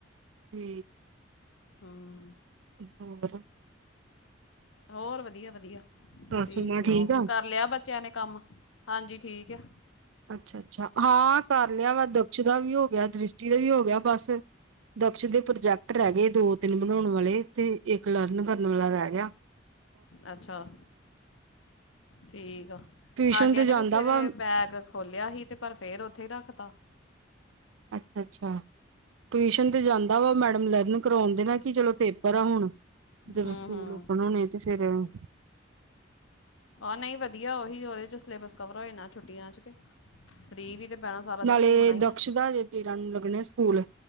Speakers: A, on the right (about 80°); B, on the left (about 80°).
A: ਹਮ
B: ਹਮ
A: ਹੋਰ <inaudible>
B: ਹੋਰ ਵਧੀਆ-ਵਧੀਆ ਤੁਸੀ
A: ਸਾਸੂ ਮਾਂ
B: ਸੁਨਾਓ,
A: ਠੀਕ ਆ?
B: ਕਰ ਲਯਾ ਬੱਚੇਆਂ ਨੇ ਕੰਮ ਹਾਂਜੀ ਠੀਕ ਅ।
A: ਅੱਛਾ-ਅੱਛਾ ਹਾਂ ਕਰ ਲਯਾ ਵਾ, ਦਕਸ਼ ਦਾ ਵੀ ਹੋ ਗਯਾ, ਦ੍ਰਿਸ਼ਟੀ ਦਾ ਵੀ ਹੋ ਗਯਾ ਬਸ। ਦਕਸ਼ ਦੇ ਪ੍ਰੋਜੈਕਟ ਰ ਗਏ ਦੋ- ਤਿੰਨ ਬਣਾਉਣ ਵਾਲੇ ਤੇ ਇੱਕ ਲਰਨ ਕਰਨ ਵਾਲਾ ਰਹਿ ਗਯਾ।
B: ਅੱਛਾ, ਠੀਕ ਆ।
A: ਟਿਊਸ਼ਨ
B: ਹਾਡਿਆਂ
A: ਤੇ ਜਾਂਦਾ
B: ਨੇ ਵੀ ਸਵੇਰੇ
A: ਵਾ
B: ਬੈਗ ਖੋਲਿਯਾ ਹੀ ਤੇ ਪਰ ਫੇਰ ਉੱਥੇ ਹੀ ਰੱਖ ਤਾ।
A: ਅੱਛਾ, ਟਿਊਸ਼ਨ ਤੇ ਜਾਂਦਾ ਵਾ ਮੈਡਮ ਲਰਨ ਕਰਵਾਉਣ ਦੀ ਨਾ ਕਿ ਚਲੋ ਪੇਪਰ ਆ ਹੁਣ। ਜਦੋਂ
B: ਹੂੰ
A: ਸਕੂਲ
B: ਹੂੰ
A: ਓਪਨ ਹੋਨੇ ਤੇ ਫੇਰ ਓ
B: ਆ ਨਈ ਵਧੀਆ ਉਹੀ ਉਦੇ ਚ ਸਲੇਬਸ ਕਵਰ ਹੋ ਜਾ। ਛੁੱਟੀਆਂ ਚ ਕੇ ਫਰੀ ਵੀ ਤੇ ਭੈਣਾਂ ਸਾਰਾ ਦਿਨ
A: ਨਾਲੇ
B: ਘੁੰਮਨਾ ਇ
A: ਦਕਸ਼
B: ਆ।
A: ਦਾ ਹਜੇ ਤੇਰਾਂ ਨੂੰ ਲੱਗਣੇ ਸਕੂਲ